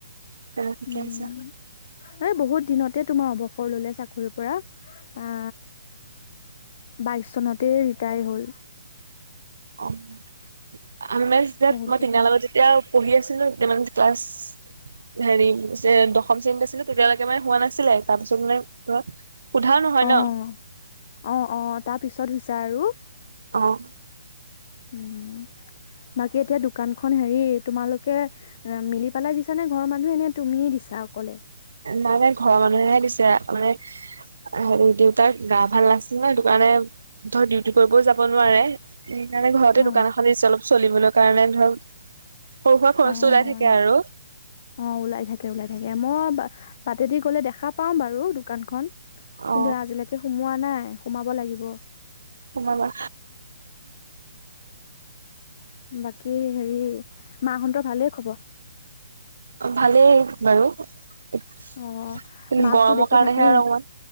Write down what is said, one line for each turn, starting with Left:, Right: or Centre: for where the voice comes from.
Right: তেনে ঠিকে
Left: উম
Right: আছে
Left: এই বহুত দিনতে তোমাৰ অৱসৰ ল'লে চাকৰিৰ পৰা। আ বাইশ চনতে ৰিটায়াৰ হ'ল।
Right: অ',
Left: বহুত
Right: মই
Left: দিন
Right: তিনি লগত যেতিয়া পঢ়ি আছিলো তেতিয়া ক্লাছ। হেৰি দশম শ্ৰেণীত আছিলো‌। তেতিয়ালৈকে মানে হোৱা নাছিলে, তাৰ পিছত মানে। সোধাও নহয়
Left: অ'
Right: ন
Left: অ' অ' তাৰ পিছত হৈছা আৰু।
Right: অ'।
Left: উম' বাকী এতিয়া দোকানখন হেৰি তোমালোকে। অ' মিলি পেলাই দিছা নে ঘৰৰ মানুহ এনে তুমি দিছা অকলে।
Right: নাই নাই ঘৰৰ মানুহে দিছে মানে। হেৰি, দেউতাৰ গা ভাল নাছিল নহ সেইটো কাৰণে ধৰ ডিউটি কৰিবও যাব নোৱাৰে। সেইকাৰণে ঘৰতে
Left: অ
Right: দোকান এখন দিছো অলপ চলিবলৈ কাৰণে ধৰ। সৰু সুৰা খৰচটো
Left: অ'
Right: ওলাই থাকে আৰু
Left: অ' ওলাই থাকে ওলাই থাকে মই বা। বাটেদি গ'লে দেখা পাওঁ বাৰু দোকান খন
Right: অ
Left: কিন্তু আজিলৈকে। সি সোমোৱা নাই, সোমাব লাগিব।
Right: সোমাবা।
Left: বাকী হেৰি মাহতৰ ভালেই খবৰ।
Right: অ ভালেই বাৰু। কিন্তু,
Left: অ' মাকতো
Right: গৰমৰ
Left: দেখি
Right: কাৰণেহে
Left: থাকো
Right: আৰু অকমান